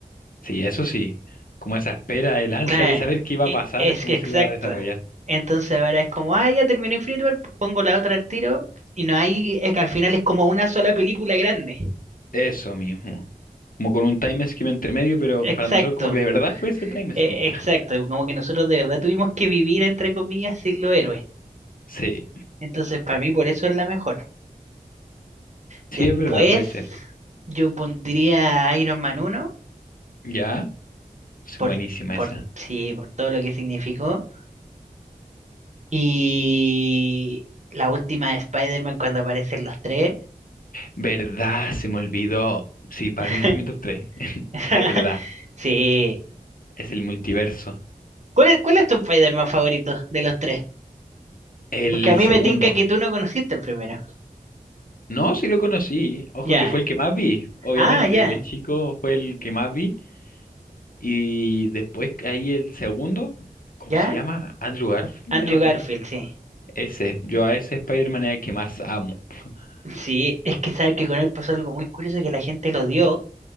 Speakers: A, on the left (about 65°); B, on the right (about 50°).
A: sí, eso sí. Como esa espera, el ansia
B: Claro,
A: de saber qué iba
B: e-
A: a pasar,
B: es
A: cómo
B: que exacto.
A: se iba a desarrollar.
B: Entonces ahora es como, ah, ya terminó Infinity War, pongo la otra al tiro y no hay, es que al final es como una sola película grande.
A: Eso mismo. Como con un time skip entre medio, pero para
B: Exacto,
A: nosotros como que de verdad fue ese time
B: e-
A: skip.
B: exacto.
A: <laughs>
B: Como que nosotros de verdad tuvimos que vivir, entre comillas, sin los héroes.
A: Sí,
B: Entonces para mí por eso es la mejor. Después
A: sí es verdad, puede ser.
B: yo pondría Iron Man uno
A: ¿Ya? Es
B: por,
A: buenísima
B: por,
A: esa.
B: sí, por todo lo que significó. Y la última de Spider-Man cuando aparecen los tres.
A: ¿Verdad? Se me olvidó. Sí, para
B: <laughs>
A: mí esa es mi top tres <laughs>
B: <laughs>
A: Es verdad.
B: Sí.
A: Es el multiverso.
B: ¿Cuál es, cuál es tu Spider-Man favorito de los tres?
A: El
B: Porque a mí
A: segundo.
B: me tinca que tú no conociste el primero.
A: No, sí lo conocí. Ojo
B: Ya.
A: que fue el que más vi. Obviamente,
B: Ah, ya.
A: de chico fue el que más vi. Y después que ahí el segundo, ¿cómo
B: ¿Ya?
A: se llama? Andrew Garfield,
B: Andrew
A: ¿eh, ¿o
B: Garfield,
A: no?
B: sí.
A: Ese. Yo a ese Spider-Man es el que más amo. <laughs>
B: Sí, es que sabes que con él pasó algo muy curioso que la gente lo odió